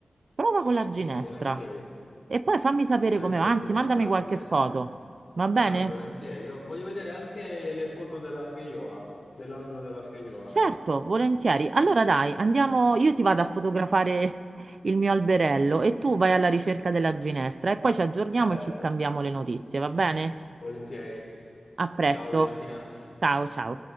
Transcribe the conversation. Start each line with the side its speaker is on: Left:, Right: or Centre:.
Right: Prova
Left: Sì,
Right: con la
Left: sì,
Right: ginestra.
Left: sì, volentieri.
Right: E poi fammi sapere
Left: Volentieri,
Right: come va, anzi,
Left: proverò
Right: mandami
Left: con la
Right: qualche
Left: ginestra.
Right: foto. Va bene?
Left: Eh, volentieri. Io voglio vedere anche le foto della Feioa, dell'albero della Feioa.
Right: Certo, volentieri. Allora dai, andiamo, io ti vado a fotografare <laughs> il mio alberello e tu vai alla ricerca
Left: <laughs>
Right: della ginestra e poi ci aggiorniamo
Left: Certo,
Right: e ci scambiamo le notizie, va bene?
Left: volentieri.
Right: A presto.
Left: Ciao Valentina.
Right: Ciao, ciao.